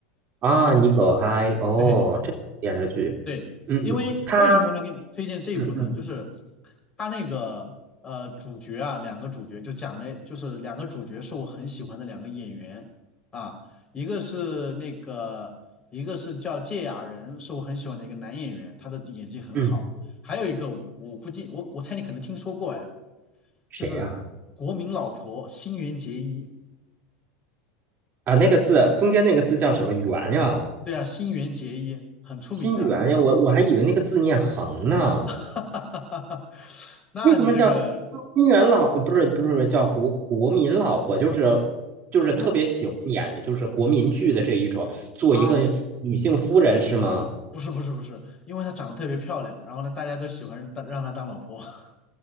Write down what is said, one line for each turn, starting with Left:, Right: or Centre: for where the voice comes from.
Right: 啊，你狗嗨哦，
Left: <laughs> 对。
Right: 这个电视剧，
Left: 对，
Right: 嗯，
Left: 因为为什么我想给你推荐这一部呢？
Right: 他，嗯嗯
Left: 就是他那个呃主角啊，两个主角就讲了，就是两个主角是我很喜欢的两个演员啊，一个是那个一个是叫芥雅人，是我很喜欢的一个男演员，他的演技很好。
Right: 嗯，
Left: 还有一个我估计我我猜你可能听说过哎，
Right: 谁呀？
Left: 就是国民老婆新垣结衣，
Right: 啊，那个字中间那个字叫什么？圆呀，
Left: 对啊，新垣结衣很出名的，
Right: 心圆呀，我我还以为那个字念横呢。
Left: <laughs> 哈哈哈哈哈那你这个
Right: 为什么叫新新元老？呃不是不是不是叫国国民老婆？就是就是特别喜欢演就是国民剧的这一种，
Left: 因为。
Right: 做一个女性夫人是吗？
Left: 啊，不是不是不是，因为她长得特别漂亮，然后呢，大家都喜欢当让她当老婆。<laughs>